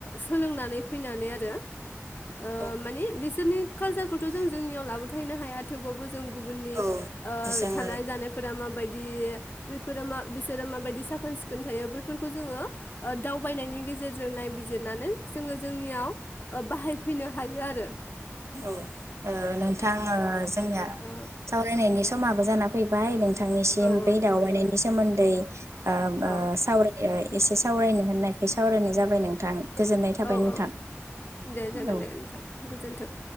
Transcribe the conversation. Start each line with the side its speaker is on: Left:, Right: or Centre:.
Left: सोलोंनानै फैनानै आरो ओ
Right: औ
Left: माने बिसोरनि कालसारखौथ' जों जोंनियाव लाबो थायनो हाया थेवबाबो जों गुबुननि
Right: औ
Left: ओ
Right: जोङो
Left: थानाय जानायफोरा माबायदि बेफोरो मा बिसोरो माबायदि साखोन सिखोन थायो बैफोरखौ जोङो ओ दावबायनायनि गेजेरजों नायबिजिरनानै जोङो जोंनियाव अ बाहाय फैनो हायो आरो
Right: औ ओ नोंथां ओ जोंनिया
Left: औ
Right: सावरायनायनि समाबो जानानै फैबाय नों नोंथांनिसिम
Left: औ औ
Right: बे दावबायनि सोमोनदै ओ
Left: औ
Right: ओ सावराय एसे सावरायनो होननायखाय सावरायनाय जाबाय नोंथां गोजोननाय थाबाय
Left: औ
Right: नोंथां
Left: औ दे जागोन
Right: औ
Left: दे नोंथां गोजोन्थों